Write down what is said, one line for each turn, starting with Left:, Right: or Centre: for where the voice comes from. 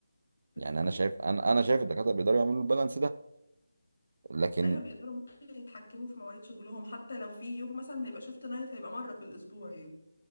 Left: بالظبط
Right: يعني انا شايف انا انا شايف الدكاتره بيقدروا يعملوا البالانس ده لكن
Left: ايوه بيقدروا ممكن يتحكموا في مواعيد شغلهم حتى لو في يوم مثلا هيبقى شيفت نايت هيبقى مره في الاسبوع يعني